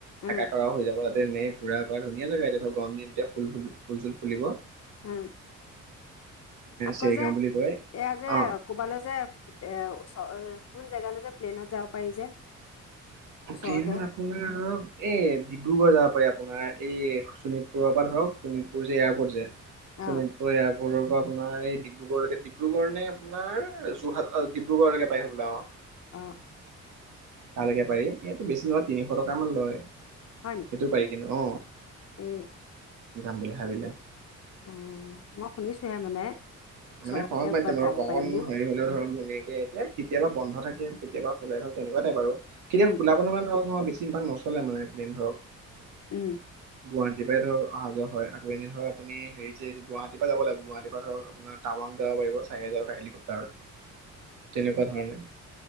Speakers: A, on the right; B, on the left.
A: থাককা
B: উম,
A: কৰাও হৈ যাব তাতে পুৰা কৰা ধুনীয়া জেগা এতিয়া গৰমদিন এতিয়া ফুল ফুলো- খুলিব
B: উম। আকৌ
A: চেৰিগাঁও
B: যে
A: বুলি কয়
B: এয়া যে
A: অ
B: কবালে যে এ ওচ কোন জেগালে যে প্লেইনত যাব পাৰি যে? ওচৰতে
A: প্লেইনত আপোনাৰ এই ডিব্ৰুগড় যাব পাৰি আ। আপোনাৰ এই শোণিতপুৰৰ পৰা ধৰক শোণিতপুৰ যে এয়াৰপৰ্ট যে। শুনিতপুৰ
B: অ',
A: এআৰ ৰৰ পৰা আপোনাৰ এই ডিব্ৰুগড়লৈকে ডিব্ৰুগড় নে আপোনাৰ যোৰহাট ডিব্ৰুগড়লৈকে পাই থাব বো অ
B: আহ।
A: তালৈকে পাৰি। এইটো বেছি নহয় তিনিশ টকা মান লয়।
B: হয় নেকি?
A: সেইটো পাৰি কিন্তু অ
B: এ
A: যাম বুলি ভাবিলে।
B: উম মই শুনিছোহে মানে। ওচৰতে
A: মানে সমাজ মাধ্যম
B: ক'ৰবাত
A: ধৰক
B: যাব
A: ককন
B: পাৰি বুলি
A: হেৰি হলেও ধৰক ধুনীয়াকে এতিয়া কেতিয়াবা বন্ধত থাকে কেতিয়াবা হলে ধৰক তেনেকুৱা টাইপ আৰু কেতিয়া
B: উম,
A: খোলা বনহা নহ নহয়ছি <unintelligible> িন ভাগ নচলে মানে প্লেইন ধৰক
B: উম
A: গুৱাহাটীৰ পৰাই ধৰক অহা যোৱা হয় আক এই ধৰক আপুনি হেৰি চ গুৱাহাটীৰ পৰা যাব লাগিব গুৱাহাটীৰ পৰা ধৰক আপোনাৰ টাৱাং যাব পাৰ চাৰহেজৰকা হেলিকপ্তাৰত তেনেকুৱা ধৰণে